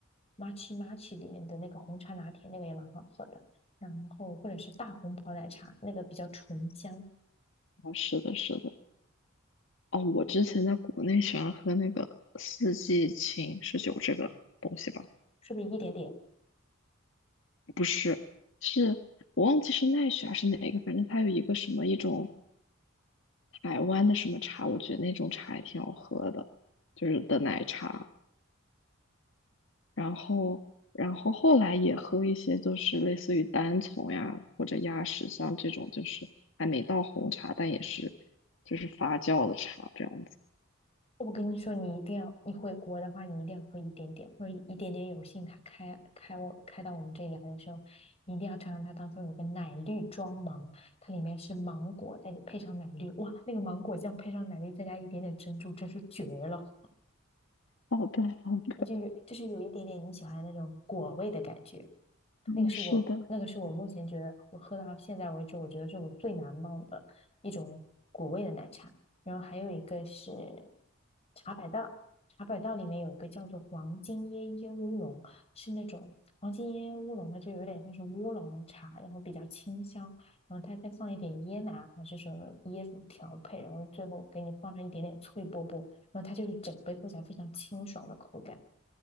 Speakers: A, on the left; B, on the left.
A: matcha matcha 里面的那个红茶拿铁，那个也蛮好喝的。然后或者是大红袍奶茶，那个比较醇香，
B: 哦，是的，是的。哦，我之前在国内喜欢喝那个四季青是有这个东西吧？
A: 是不是一点点？
B: 不是，是我忘记是奈雪还是哪一个，反正它有一个什么一种台湾的什么茶，我觉得那种茶也挺好喝的，就是的奶茶。然后，然后后来也喝一些，就是类似于单丛呀或者鸭屎香这种，就是还没到红茶，但也是就是发酵的茶这样子。
A: 我跟你说，你一定要，你回国的话，你一定要喝一点点，或者一点点有幸它开开我开到我们这里来的时候，你一定要尝尝它当中有个奶绿装芒，它里面是芒果，再配上奶绿，哇，那个芒果酱配上奶绿，再加一点点珍珠，真是绝了！
B: 好的，好的，
A: 就有就是有一点点你喜欢的那种果味的感觉。
B: 嗯是的，
A: 那个是我那个是我目前觉得我喝到现在为止，我觉得是我最难忘的一种果味的奶茶。然后还有一个是茶百道，茶百道里面有一个叫做黄金椰椰乌龙，是那种黄金椰椰乌龙，它就有点像是乌龙茶，然后比较清香，然后它再放一点椰奶还是什么椰子调配，然后最后给你放上一点点脆波波，然后它就是整杯喝起来非常清爽的口感。